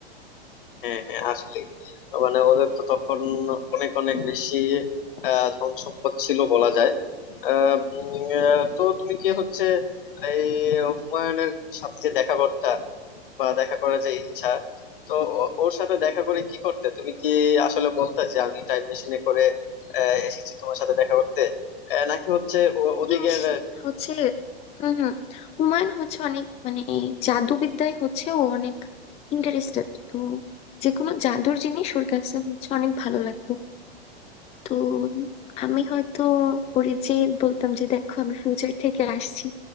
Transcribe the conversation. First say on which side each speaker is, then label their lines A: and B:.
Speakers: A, on the left (about 55°); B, on the left (about 20°).
A: হ্যাঁ হ্যাঁ আসলে মানে ওদের তো তখন অনেক অনেক বেশি আহ, ধন সম্পদ ছিল বলা যায় আহ, উম, আহ, তো তুমি কি হচ্ছে এই হুমায়ুনের সাথে যে দেখা করতা বা দেখা করার যে ইচ্ছা তো ও- ওর সাথে দেখা করে কি করতে তুমি কি আসলে বলতে যে আমি টাইম মেশিনে করে আহ, এসেছি তোমার সাথে দেখা করতে আহ, নাকি হচ্ছে ও- ওদিকের
B: জিনিস হচ্ছে হম হুমায়ুন হচ্ছে অনেক মানে জাদুবিদ্যায় হচ্ছে ও অনেক ইন্টারেস্টেড তো যে কোনো জাদুর জিনিস ওর কাছে হচ্ছে অনেক ভালো লাগতো তো আমি হয়তো ওরে যে বলতাম যে দেখো আমি ফিউচার থেকে আসছি